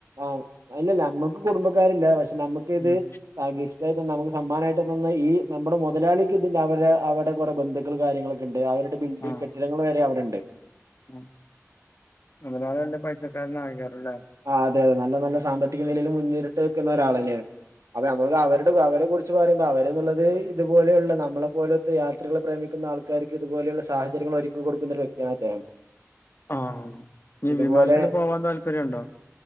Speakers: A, on the right; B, on the left.
A: ആന്ന് ഇല്ലല്ല അമ്മക്ക് കുടുംബക്കാരി ല്ല പക്ഷെ നമ്മുക്ക് ഇത്
B: ഉം
A: ആഹ് ഗിഫ്റ്റായിറ്റ് തന്ന നമുക്ക് സമ്മാനായിട്ട് തന്ന ഈ നമ്മടെ മുതലാളിക്കിതിന്റെ അവരെ അവടെ കുറെ ബന്ധുക്കള് കാര്യങ്ങളൊ ക്കെണ്ട് അവരുടെ ബിൽഡിങ്
B: ആഹ്
A: കെട്ടിടങ്ങള് വരെ അവിടുണ്ട്
B: ഉം മൊതലാളി നല്ല പൈസക്കാരനാണേക്കാരം ല്ലേ
A: ആഹ് അതെ അതെ നല്ല നല്ല സാമ്പത്തിക നിലയില് മുന്നേരിട്ട് വെക്കുന്ന ഒരാളന്നേണ് അത അമ്മക്ക് അവരുടെ അവരെ കുറിച്ച് പറയുമ്പോ അവരെന്നുള്ളത് ഇത്പോലെയുള്ള നമ്മളെ പോലോ ത്ത് യാത്രകളെ പ്രേമിക്കുന്ന ആൾകാർക്ക് ഇതുപോലുള്ള സാഹചര്യങ്ങൾ ഒരുക്കി കൊടുക്കുന്ന ഒരു വ്യക്തിയാണ് അദ്ദേഹം
B: ആഹ് നി
A: ഇതുപോലെ
B: വിമാനത്തില് പോവാൻ താല്പര്യണ്ടോ